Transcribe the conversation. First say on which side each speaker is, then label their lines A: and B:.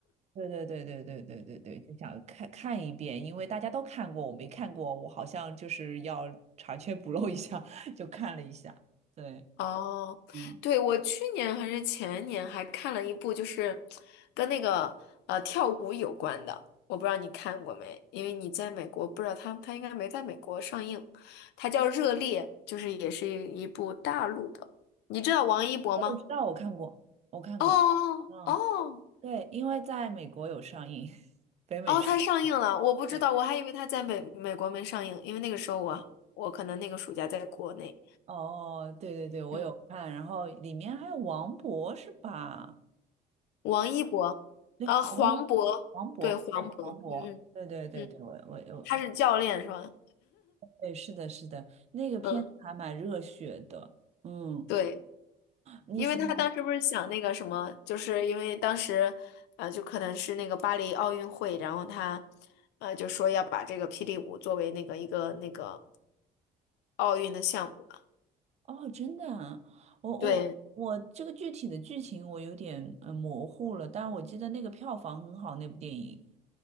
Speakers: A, on the right (about 40°); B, on the left (about 85°).
A: 对对对对对对对对，就想看看一遍，因为大家都看过，我没看过，我好像就是要查缺补漏一下，<laughs> 就看了一下。对，
B: <laughs> 哦，
A: 嗯。
B: 对，我去年还是前年还看了一部，就是跟那个呃跳舞有关的，我不知道你看过没？因为你在美国，不知道他他应该没在美国上映。它叫《热烈》，就是也是一部大陆的。你知道王一博吗？
A: 我知道，我看过，我看过。
B: 哦哦，
A: 嗯，对，因为在美国有上映，<laughs> 北美上映。
B: 哦，它上映了，我不知道，
A: 对，
B: 我还以为它在美美国没上映，因为那个时候我我可能那个暑假在国内。
A: 哦，对对对，我有看，
B: 嗯，
A: 然后里面还有王博是吧？
B: 王一博，
A: 对，
B: 啊，黄渤，
A: 王一，王博，
B: 对，黄渤，
A: 对，王博，
B: 嗯
A: 对对对对，
B: 嗯嗯，
A: 我我我，
B: 他是教练是吧？
A: 对，是的，是的，那个片子还蛮热血的，
B: 嗯，
A: 嗯，
B: 对，
A: 你喜欢？
B: 因为他当时不是想那个什么，就是因为当时，呃，就可能是那个巴黎奥运会，然后他，呃，就说要把这个霹雳舞作为那个一个那个奥运的项目。
A: 哦，真的啊，我我我这个具体的剧情我有点嗯模糊了，
B: 对，
A: 但我记得那个票房很好，那部电影。